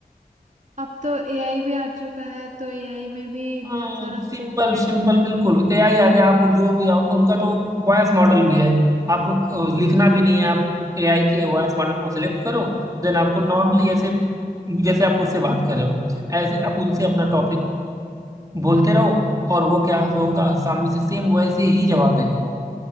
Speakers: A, on the right; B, on the right.
A: अब तो एआई भी आ चुका है तो एआई में भी बहुत
B: सिंपल
A: सारा स्कोप है
B: सिंपल बिल्कुल एआई आ गया आपको जो भी आ, उनका तो वॉइस मॉडल भी है आप अ, लिखना भी नहीं है आप एआई के वॉइस मॉडल को सिलेक्ट करो देन आपको नॉर्मली ऐसे जैसे आप उससे बात कर रहे हो ऐसे आप उनसे अपना टॉपिक बोलते रहो और वो क्या होगा सामने से सेम वैसे ही जवाब देंगे